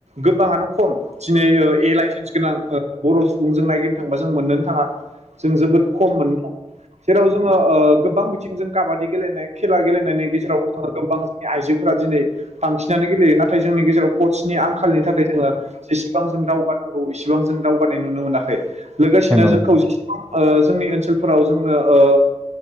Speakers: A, on the right; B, on the right.
A: गोबाङानो खम दिनै ओह ए लाइसेन्स गोनां ओह बर' सुबुंजों नायगिरनो थांबा जों मोननोनो थाङा जों जोबोद खम मोननो जेराव जो ङो ओ गोबां बिथिंजों काबादि गेलेनाय खेला गेलेनायनि गेजेराव जोङो गोबां जोंनि आइजोफोरा दिनै बांसिनानो गेलेयो नाथाय जोंनि गेजेराव कस नि आंखालनि थाखाय जोङो जेसेबां जों दावगारानांगौ इसिबां जों दावगानाय नुनो मोनाखै लोगोसेनो
B: ओहो नंगौ नोंथां
A: जोंखौ ओ जोंनि ओनसोलफोराव जोङो ओ